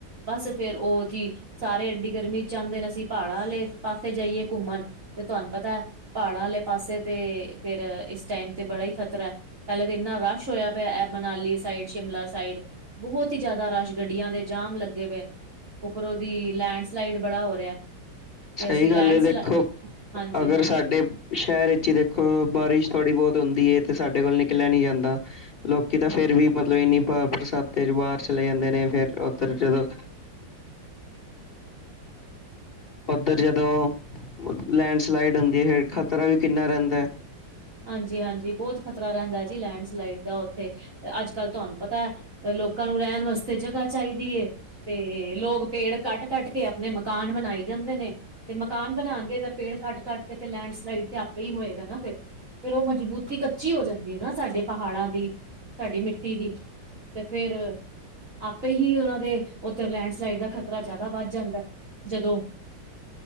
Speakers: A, on the right (about 45°); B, on the left (about 30°).
A: ਬਸ ਫੇਰ ਉਹ ਦੀ ਸਾਰੇ ਏਡੀ ਗਰਮੀ ਚ ਆਂਦੇ ਨੇ, ਅਸੀਂ ਪਹਾੜਾਂ ਆਲੇ ਪਾਸੇ ਜਾਈਏ ਘੁੰਮਣ ਤੇ ਤੁਹਾਨੂੰ ਪਤਾ ਪਹਾੜਾਂ ਆਲੇ ਪਾਸੇ ਤੇ ਫਿਰ ਇਸ ਟਾਈਮ ਤੇ ਬੜਾ ਈ ਖ਼ਤਰਾ ਪਹਿਲੇ ਵੇ ਇਨਾ ਰਸ਼ ਹੋਇਆ ਪੇਆ ਇਹ ਮਨਾਲੀ ਸਾਈਡ ਸ਼ਿਮਲਾ ਸਾਈਡ ਬਹੁਤ ਹੀ ਜਿਆਦਾ ਰਸ਼ ਗੱਡੀਆਂ ਦੇ ਜਾਮ ਲੱਗੇ ਪਏ, ਉੱਪਰੋਂ ਦੀ ਲੈਂਡਸਲਾਈਡ ਬੜਾ ਹੋ ਰਿਹਾ ਤੇ
B: ਸਹੀ
A: ਅਸੀਂ
B: ਗੱਲ
A: ਲੈਂਡ
B: ਐ
A: ਸਲਾ
B: ਦੇਖੋ
A: ਹਾਂਜੀ
B: ਅਗਰ
A: ਹਾਂਜੀ
B: ਸਾਡੇ ਸ਼ਹਿਰ ਇਚ ਈ ਦੇਖੋ ਬਾਰਿਸ਼ ਥੋੜ੍ਹੀ ਬਹੁਤ ਹੁੰਦੀ ਏ ਤੇ ਸਾਡੇ ਕੋਲ ਨਿਕਲਿਆ ਨੀ ਜਾਂਦਾ ਲੋਕੀ ਤਾਂ ਫਿਰ ਵੀ ਮਤਲਬ ਇੰਨੀ ਬਰਸਾਤੇ ਚ ਬਾਹਰ ਚਲੇ ਜਾਂਦੇ ਨੇ ਫਿਰ ਉੱਧਰ ਜਦੋਂ ਓਧਰ ਜਦੋਂ ਲੈਂਡਸਲਾਈਡ ਹੁੰਦੀ ਐ, ਫਿਰ ਖ਼ਤਰਾ ਵੀ ਕਿੰਨਾ ਰਹਿੰਦਾ
A: ਹਾਂਜੀਹਾਂਜੀ ਬਹੁਤ ਖ਼ਤਰਾ ਰਹਿੰਦਾ ਜੀ ਲੈਂਡਸਲਾਈਡ ਦਾ ਉੱਥੇ, ਤੇ ਅੱਜ ਕੱਲ ਤੁਹਾਨੂੰ ਪਤਾ ਇਹ ਲੋਕਾਂ ਨੂੰ ਰਹਿਨ ਵਾਸ ਤੇ ਜਗ੍ਹਾ ਚਾਹੀਦੀ ਏ, ਤੇ ਲੋਕ ਪੇੜ ਕੱਟ-ਕੱਟ ਕੇ ਆਪਣੇ ਮਕਾਨ ਬਣਾਈ ਜਾਂਦੇ ਨੇ। ਤੇ ਮਕਾਨ ਬਨਾਨ ਗੇ ਅਗਰ ਪੇੜ ਕੱਟ-ਕੱਟ ਕੇ ਤੇ ਲੈਂਡਸਲਾਈਡ ਤੇ ਆਪੇ ਈ ਹੋਏਗਾ ਨਾ ਫਿਰ, ਫਿਰ ਉਹ ਮਜ਼ਬੂਤੀ ਕੱਚੀ ਹੋ ਜਾਂਦੀ ਏ ਨਾ ਸਾਡੇ ਪਹਾੜਾਂ ਦੀ, ਸਾਡੀ ਮਿੱਟੀ ਦੀ। ਤੇ ਫੇਰ ਆਪੇ ਹੀ ਉਹਨਾਂ ਦੇ ਉੱਧਰ ਲੈਣਡ ਸਲਾਈਡ ਦਾ ਖ਼ਤਰਾ ਜ਼ਿਆਦਾ ਵੱਧ ਜਾਂਦਾ ਐ ਜਦੋਂ